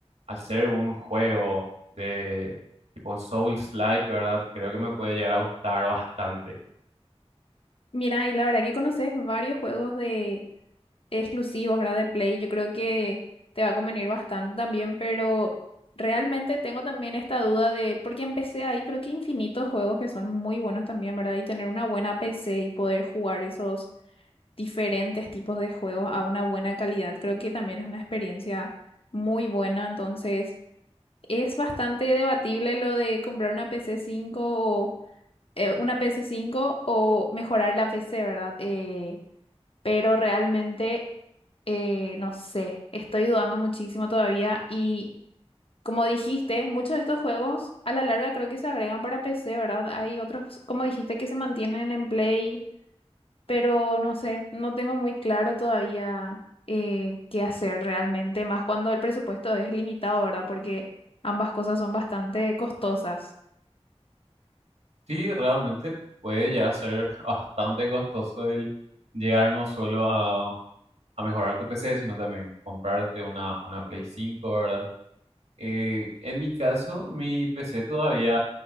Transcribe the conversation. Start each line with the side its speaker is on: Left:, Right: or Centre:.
Right: al ser un juego de tipo Souls-like, ¿verdad? Creo que me puede llegar a gustar bastante.
Left: Mira, y la verdad que conoces varios juegos de exclusivos, ¿verdad? De Play. Yo creo que te va a convenir bastante también, pero realmente tengo también esta duda de, porque empecé ahí, creo que infinitos juegos que son muy buenos también, ¿verdad? Y tener una buena PC y poder jugar esos diferentes tipos de juegos a una buena calidad. Creo que también es una experiencia muy buena. Entonces, es bastante debatible lo de comprar una PC 5 o eh, una PC 5 o mejorar la PC, ¿verdad? Eh, pero realmente, eh, no sé, estoy dudando muchísimo todavía y... Como dijiste, muchos de estos juegos a la larga creo que se agregan para PC, ¿verdad? Hay otros, como dijiste, que se mantienen en Play pero no sé, no tengo muy claro todavía eh, qué hacer realmente, más cuando el presupuesto es limitado, ¿verdad? Porque ambas cosas son bastante costosas.
Right: Sí, realmente puede llegar a ser <laughs> bastante costoso el llegar no solo a, a mejorar tu PC, sino también comprarte una, una Play 5, ¿verdad? Eh, en mi caso, mi PC todavía,